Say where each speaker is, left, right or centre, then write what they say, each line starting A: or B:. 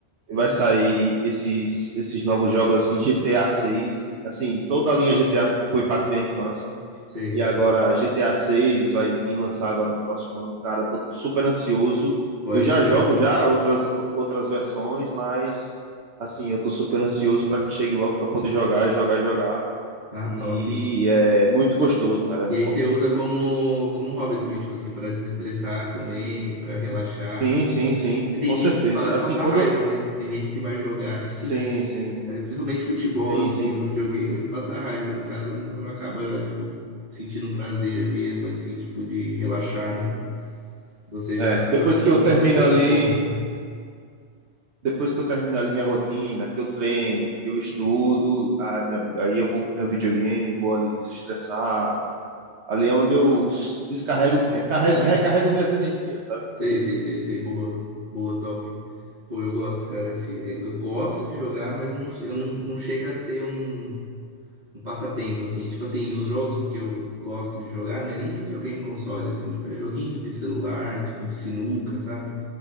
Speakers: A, on the right; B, on the right.
A: Aham.
B: vai sair esses, esses novos jogos, assim, GTA 6. Assim, toda a linha GTA foi parte da minha infância.
A: Sei,
B: E
A: sei,
B: agora GTA 6 vai vir lançar agora no próximo ano. Cara, tô super ansioso.
A: pode
B: Eu já
A: crer.
B: jogo já outras, outras versões, mas assim, eu tô super ansioso para que chegue logo para poder jogar e jogar e jogar.
A: Ah,
B: E
A: top.
B: é muito gostoso, cara, é muito
A: E aí
B: bom.
A: você usa como como hobby também, tipo assim, pra desestressar também, pra relaxar.
B: Sim, sim, sim,
A: E tem
B: com
A: gente
B: certeza.
A: que fala que
B: Assim,
A: passa
B: quando.
A: raiva, né? Tipo, tem gente que vai jogar assim,
B: Sim, sim,
A: <laughs> eh, principalmente futebol
B: sim,
A: assim,
B: sim.
A: no videogame, passa raiva. No caso, não acaba tipo sentindo prazer mesmo assim, tipo de relaxar, né? Você
B: É,
A: já usa
B: depois
A: como
B: que eu termino
A: passatempo
B: ali,
A: bom, assim.
B: depois que eu terminar ali minha rotina, que eu treino, que eu estudo, ah, meu amigo, aí eu vou pro meu videogame, vou ali desestressar. Ali é onde eu s- descarrego, recarrego, recarrego minhas energias, sabe?
A: Sei, sei, sei, sei. Boa. Boa, top. Pô, eu gosto, cara. Esse, é, eu gosto de jogar, mas não, eu não, não chega a ser um, um passatempo, assim. Tipo assim, os jogos que eu gosto de jogar, não é nem de videogame console, assim. Tipo, é joguinho de celular, tipo, de sinuca, sabe?